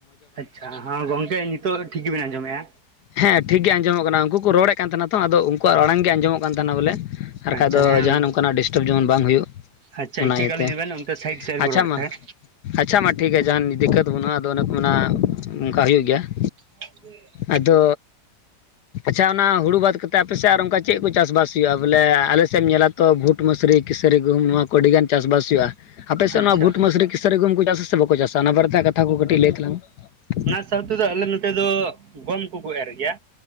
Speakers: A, on the right; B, on the left.
A: ᱟᱪᱪᱷᱟ ᱦ ᱜᱚᱝᱠᱮ ᱱᱤᱛᱚᱜ ᱴᱷᱤᱠ ᱜᱮᱵᱤᱱ ᱟᱸᱡᱚᱢᱮᱫᱼᱟ?
B: ᱦᱮᱸ ᱴᱷᱤᱠ ᱜᱮ ᱟᱸᱡᱚᱢᱚᱜ ᱠᱟᱱᱟ ᱩᱱᱠᱩ ᱨᱚᱲᱮᱫ ᱼᱼ ᱠᱟᱱ ᱛᱟᱦᱮᱱᱟ ᱛᱚ ᱟᱫᱚ ᱩᱱᱠᱩᱣᱟᱜ ᱟᱲᱟᱝ ᱜᱮ ᱟᱸᱡᱚᱢᱚᱜ ᱠᱟᱱ ᱛᱟᱦᱮᱱᱟ ᱵᱚᱞᱮ, ᱟᱨ ᱵᱟᱠᱷᱟᱡ
A: ᱟᱪᱪᱷᱟ
B: ᱫᱚ
A: ᱦᱮᱸ
B: ᱡᱟᱦ ᱱᱚᱝᱠᱟᱱᱟᱜ ᱰᱤᱥᱴᱟᱵᱽ ᱡᱮᱢᱚᱱ ᱵᱟᱝ ᱦᱩᱭᱩᱜ᱾
A: ᱟᱪᱪᱷᱟ
B: ᱚᱱᱟ
A: ᱤᱠᱟᱹ
B: ᱤᱭᱟᱹᱛᱮ
A: ᱠᱟᱞᱤᱧ ᱵᱮᱱ ᱚᱱᱛᱮ ᱥᱟᱭᱤᱴ ᱥᱮᱫ
B: ᱟᱪᱪᱷᱟ
A: ᱠᱚ ᱨᱚᱲᱮᱫ
B: ᱢᱟ
A: ᱛᱟᱦᱮᱸ᱾
B: ᱟᱪᱪᱷᱟ ᱢᱟ ᱴᱷᱤᱠ ᱜᱮᱭᱟ ᱡᱟᱦᱟᱱ ᱫᱤᱠᱠᱳᱛ ᱵᱟᱹᱱᱩᱜᱼᱟ ᱟᱫᱚ ᱚᱱᱮ ᱠᱚ ᱚᱱᱠᱟ ᱦᱩᱭᱩᱜ ᱜᱮᱭᱟ ᱾
A: <unintelligible>
B: ᱟᱫᱚ, ᱟᱪᱪᱷᱟ, ᱚᱱᱟ ᱦᱩᱲᱩ ᱵᱟᱫᱽ ᱠᱟᱛ ᱟᱯᱮᱥᱮᱫ ᱟᱨ ᱚᱱᱠᱟ ᱪᱮᱫ ᱠᱚ ᱪᱟᱥ ᱵᱟᱥ ᱦᱩᱭᱩᱜᱼᱟ ᱵᱚᱞᱮ ᱟᱞᱮᱥᱮᱫ ᱮᱢ ᱧᱮᱞᱟ ᱛᱚ ᱵᱷᱩᱴ, ᱢᱟᱹᱥᱨᱤ, ᱠᱟᱹᱥᱟᱹᱨᱤ ᱜᱩᱦᱩᱢ ᱱᱚᱣᱟ ᱠᱚ ᱟᱰᱤ ᱜᱟᱱ ᱪᱟᱥᱵᱟᱥ ᱦᱩᱭᱩᱜᱼᱟ, ᱟᱯᱮ ᱥᱮᱫ
A: ᱟᱪᱪᱷᱟ
B: ᱱᱚᱣᱟ ᱵᱷᱩᱴ ᱢᱟᱥᱨᱤ ᱠᱟᱹᱥᱟᱹᱨᱤ ᱜᱩᱦᱩᱢ ᱠᱚ ᱪᱟᱥᱟ ᱥᱮ ᱵᱟᱠᱚ ᱪᱟᱥᱟ ᱚᱱᱟ ᱵᱟᱨᱮᱛᱮ ᱠᱟᱛᱷᱟ ᱠᱚ ᱠᱟᱹᱴᱤᱡ ᱞᱟᱹᱭ ᱛᱟᱞᱟᱝ ᱢᱮ
A: ᱥᱟᱶᱛᱮᱫᱚ ᱟᱞᱮ ᱱᱚᱛᱮ ᱫᱚ ᱜᱚᱢ ᱠᱚᱠᱚ ᱮᱨ ᱜᱮᱭᱟ